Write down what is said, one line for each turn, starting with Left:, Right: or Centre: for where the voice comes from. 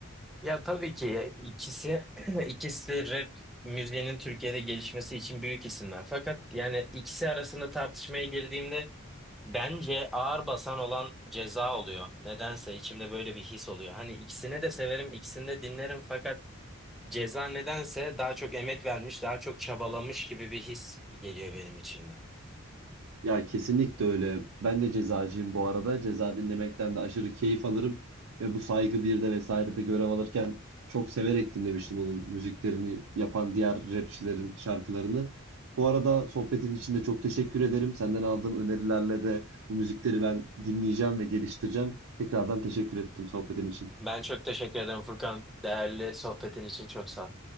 Centre: Ya tabii ki ikisi <clears throat> ikisi de rap müziğinin Türkiye'de gelişmesi için büyük isimler. Fakat yani ikisi arasında tartışmaya girdiğimde bence ağır basan olan Ceza oluyor. Nedense içimde böyle bir his oluyor. Hani ikisini de severim, ikisini de dinlerim fakat Ceza nedense daha çok emek vermiş, daha çok çabalamış gibi bir his geliyor benim içimde.
Right: Ya kesinlikle öyle. Ben de cezacıyım bu arada. Ceza dinlemekten de aşırı keyif alırım. Ve bu Saygı birde vesairede görev alırken çok severek dinlemiştim onun müziklerini yapan diğer rapçilerin şarkılarını. Bu arada sohbetin için de çok teşekkür ederim. Senden aldığım önerilerle de bu müzikleri ben dinleyeceğim ve geliştireceğim. Tekrardan teşekkür ettim sohbetin için.
Centre: Ben çok teşekkür ederim Furkan. Değerli sohbetin için çok sağ ol.